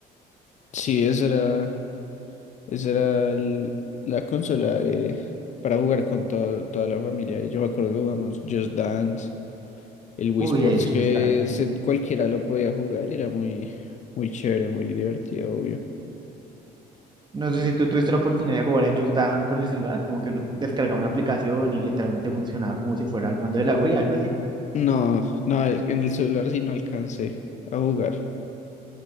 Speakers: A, on the left; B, on the right.
A: sí, esa era, esa era el- la consola de- para jugar con todo- toda la familia. Y yo me acuerdo que jugamos Just Dance, el Wii
B: Uy,
A: Sports,
B: el Just
A: que
B: Dance.
A: se- cualquiera lo podía jugar y era muy, muy chévere, muy divertido, obvio.
B: No sé si tú tuviste la oportunidad de jugar el Just Dance con el celular, como que uno descargaba una aplicación y literalmente funcionaba como si fuera el mando de la Wii, algo así.
A: No, no, en el celular sí no alcancé a jugar.